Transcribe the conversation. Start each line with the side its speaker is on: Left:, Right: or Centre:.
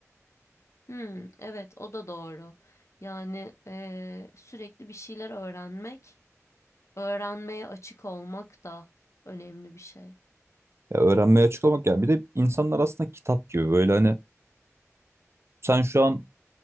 Left: Hmm, evet o da doğru. Yani ee, sürekli bir şeyler öğrenmek, öğrenmeye açık olmak da önemli bir şey.
Right: Ya öğrenmeye açık olmak yani bir de insanlar aslında kitap gibi böyle hani sen şu an